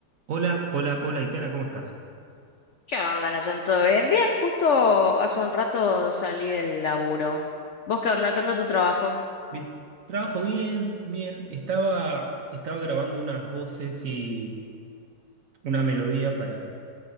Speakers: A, on the right (about 60°); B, on the left (about 70°).
A: Hola, hola, hola, Itena, ¿cómo estás?
B: ¿Qué onda, Nayan? ¿Todo bien? Bien, justo hace un rato salí del laburo. ¿Vos qué onda? ¿Qué onda tu trabajo?
A: Vi- Trabajo bien, bien. Estaba, estaba grabando unas voces y una melodía para,